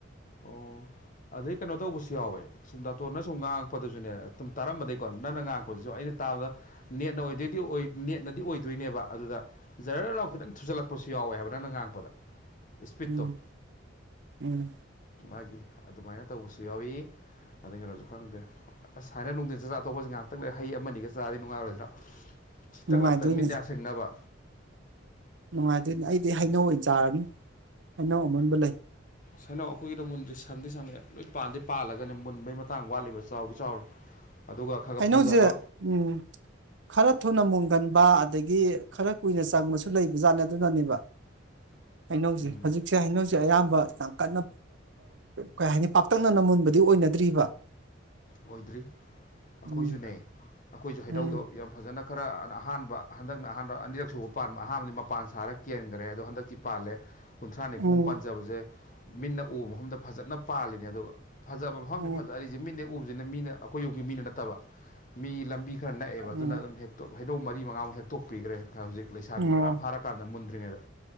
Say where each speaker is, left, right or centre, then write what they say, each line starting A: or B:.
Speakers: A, on the left; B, on the right.
A: ꯑꯣ ꯑꯗꯩ ꯀꯩꯅꯣ ꯇꯧꯕꯁꯨ ꯌꯥꯎꯋꯦ ꯁꯨꯝ ꯗꯥꯛꯇꯣꯔꯅ ꯁꯨꯝ ꯉꯥꯡꯉꯛꯄꯗꯁꯨꯅꯦ ꯁꯨꯝ ꯇꯥꯔꯝꯕꯗꯒꯤꯩꯀꯣ ꯅꯪꯅ ꯉꯥꯡꯉꯛꯄꯗꯨꯁꯨ ꯑꯩꯅ ꯇꯥꯕꯗ ꯅꯦꯠꯅ ꯑꯣꯏꯗꯣꯏꯗꯤ ꯅꯦꯠꯅꯗꯤ ꯑꯣꯏꯗꯣꯏꯅꯦꯕ ꯑꯗꯨꯗ ꯖꯔꯅꯥꯎ ꯈꯤꯇꯪ ꯊꯨꯖꯜꯂꯛꯄꯁꯨ ꯌꯥꯎꯋꯦ ꯍꯥꯏꯕ ꯅꯪꯅ ꯉꯥꯡꯉꯛꯄꯗ ꯏꯄꯤꯠꯠꯇꯣ
B: ꯎꯝ ꯎꯝ
A: ꯃꯥꯒꯤ ꯑꯗꯨꯃꯥꯏꯅ ꯇꯧꯕꯁꯨ ꯌꯥꯎꯏ ꯑꯗꯩ ꯀꯩꯅꯣꯁꯨ ꯈꯪꯗꯦ ꯑꯁ ꯍꯥꯏꯥꯏꯅ ꯅꯨꯡꯊꯤꯟ ꯆꯥꯛꯆꯥ ꯊꯄꯁꯦ ꯉꯥꯏꯍꯥꯛꯇꯪꯅꯦ ꯍꯩ ꯑꯃꯅꯤꯒ ꯆꯥꯗꯤ ꯅꯨꯡꯉꯥꯏꯔꯣꯏꯗ꯭ꯔꯥ ꯁꯤꯤꯇꯛ
B: ꯅꯨꯡꯉꯥꯏꯗꯣꯏꯅꯦ
A: ꯂꯥꯛꯇꯛ ꯃꯤꯠ ꯌꯥꯌꯥ ꯁꯦꯡꯅꯕ
B: ꯅꯨꯡꯉꯥꯏꯇꯣꯏꯅꯦ ꯑꯩꯗꯤ ꯍꯩꯅꯧ ꯑꯣꯏꯅ ꯆꯥꯔꯅꯤ ꯍꯩꯅꯧ ꯑꯃꯟꯕ ꯂꯩ
A: ꯁꯩꯅꯧ ꯑꯩꯈꯣꯏꯒꯤꯗꯣ ꯃꯨꯟꯗꯤ ꯁꯪꯗꯤ ꯁꯪꯉꯦ ꯂꯣꯏ ꯄꯥꯟꯗ ꯄꯥꯜꯂꯒꯅꯦ ꯃꯨꯟꯕꯩ ꯃꯇꯥꯡ ꯋꯥꯠꯂꯤꯕ ꯆꯥꯎꯗꯤ ꯆꯥꯎꯔꯦ ꯑꯗꯨꯒ ꯈꯔ
B: ꯍꯩꯅꯧꯁꯦ
A: ꯈꯔ ꯐꯖꯕ
B: ꯎꯝ ꯈꯔ ꯊꯨꯅ ꯃꯨꯒꯟꯕ ꯑꯗꯒꯤ ꯒꯤ ꯈꯔ ꯀꯨꯏꯅ ꯆꯪꯕꯁꯨ ꯂꯩꯕꯖꯥꯠꯅꯦ ꯑꯗꯨꯅꯅꯦꯕ ꯍꯥꯏꯩꯅꯧꯁꯦ
A: ꯎꯝ
B: ꯍꯧꯖꯤꯛꯁꯦ ꯍꯥꯏꯩꯅꯧꯁ ꯑꯌꯥꯝꯕ ꯌꯥꯝ ꯀꯟꯅ ꯀꯩ ꯍꯥꯏꯅꯤ ꯄꯥꯛꯇꯛꯅꯅ ꯃꯨꯟꯕꯗꯤ ꯑꯣꯏꯅꯗ꯭ꯔꯤꯕ
A: ꯑꯣꯏꯗ꯭ꯔꯤ ꯑꯩꯈꯣꯏꯁꯨꯅꯦ
B: ꯎꯝ
A: ꯑꯩꯈꯣꯏꯁꯨ ꯍꯩꯗꯧꯗꯣ
B: ꯎꯝ
A: ꯌꯥꯝ ꯐꯖꯅ ꯈꯔ ꯑꯍꯥꯟꯕ ꯍꯟꯗꯛꯅ ꯑꯍꯥꯟꯕ ꯑꯅꯤꯔꯛ ꯁꯨꯕ ꯄꯥꯟꯕ ꯑꯍꯥꯟꯕ ꯑꯃꯗꯤ ꯃꯄꯥꯟ ꯊꯔ ꯀꯦꯟꯈ꯭ꯔꯦ ꯑꯗꯣ ꯍꯟꯗꯛꯇꯤ ꯄꯥꯜꯂꯦ ꯀꯨꯟꯊ꯭ꯔꯥ ꯅꯤꯐꯨ
B: ꯎꯝ
A: ꯄꯥꯟꯖꯕꯁꯦ ꯃꯤꯟꯅ ꯎꯕ ꯃꯐꯝꯗ ꯐꯖꯅ ꯄꯥꯜꯂꯤꯅꯤ ꯑꯗꯨꯒ ꯐꯥꯖꯕ ꯃꯐꯝꯗꯤ
B: ꯎꯝ
A: ꯐꯥꯖ ꯑꯩꯁꯦ ꯃꯤꯠꯅ ꯎꯕꯁꯤꯅ ꯃꯤꯅ ꯑꯈꯣꯏ ꯔꯣꯝꯒꯤ ꯃꯤꯅ ꯅꯠꯇꯕ ꯃꯤ ꯂꯝꯕꯤ ꯈꯔ ꯅꯛꯑꯦꯕ
B: ꯎꯝ
A: ꯑꯗꯨꯅ ꯑꯗꯨꯝ ꯍꯦꯛꯇꯣꯛ ꯍꯩꯅꯧ ꯃꯔꯤ ꯃꯉꯥꯃꯨꯛ ꯍꯦꯛꯇꯣꯛꯄꯤꯒ꯭ꯔꯦ ꯍꯧꯖꯤꯛ ꯂꯩꯁꯥꯕꯤ
B: ꯎꯝ ꯑꯣ
A: ꯄꯨꯔꯥ ꯐꯥꯔꯀꯥꯟꯗ ꯃꯨꯟꯗ ꯉꯦꯗ